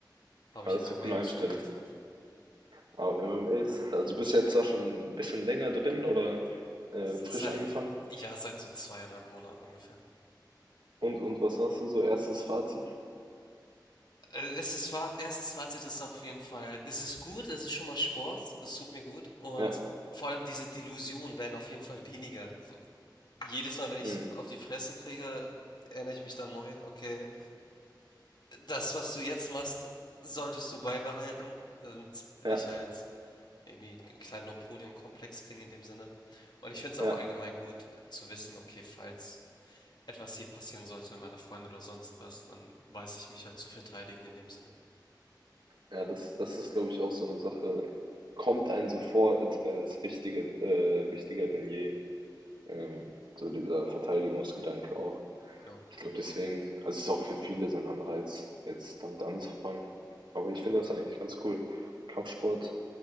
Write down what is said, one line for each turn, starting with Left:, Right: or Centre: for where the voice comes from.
Left: habe
Right: Aber
Left: ich
Right: das
Left: MMA
Right: ist eine coole
Left: ausgewählt.
Right: Einstellung. Aber MMA ist, also bist du jetzt da schon ein bisschen länger drin oder äh, frisch
Left: Seit,
Right: angefangen?
Left: ja, seit so zweieinhalb Monaten ungefähr.
Right: Und und was sagst du so erstes Fazit?
Left: Äh, Es ist, Faz- erstes Fazit ist auf jeden Fall, es ist gut, es ist schon mal Sport, es tut mir gut und
Right: Ja,
Left: vor allem diese Delusionen werden auf jeden Fall weniger. So, jedes Mal, wenn ich
Right: mhm.
Left: auf die Fresse kriege, erinnere ich mich dann neu, okay, das, was du jetzt machst, solltest du beibehalten und nicht
Right: Ja,
Left: halt irgendwie einen kleinen Napoleon-Komplex kriegen in dem Sinne. Und ich finde es auch
Right: ja.
Left: allgemein gut zu wissen, okay, falls etwas hier passieren sollte, meiner Freundin oder sonst was, dann weiß ich mich halt zu verteidigen in dem Sinne.
Right: Ja, das das ist, glaube ich, auch so eine Sache, kommt einem so vor, als wäre es wichtiger äh, wichtiger denn je, ähm, so dieser Verteidigungsgedanke auch.
Left: Genau.
Right: Ich glaube deswegen also, es ist auch für viele so ein Anreiz, jetzt damit anzufangen. Aber ich finde das eigentlich ganz cool. Kampfsport